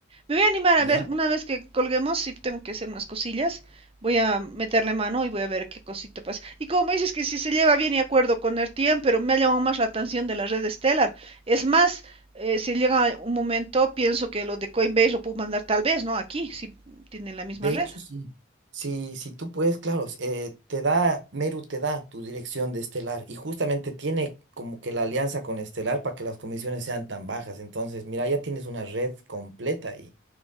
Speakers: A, on the right; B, on the right.
A: Me voy a animar a
B: Ya.
A: ver, una vez que colguemos, si tengo que hacer unas cosillas, voy a meterle mano y voy a ver qué cosita pasa. Y como dices que si se lleva bien y acuerdo con Ertien, pero me ha llamado más la atención de la red Stellar. Es más, eh, si llega un momento, pienso que lo de Coinbase lo puedo mandar tal vez, ¿no? Aquí, si tienen la misma
B: De
A: red.
B: hecho, sí. Si, si tú puedes, claro, eh, te da, Meru te da tu dirección de Estelar y justamente tiene como que la alianza con Estelar para que las comisiones sean tan bajas. Entonces, mira, ya tienes una red completa y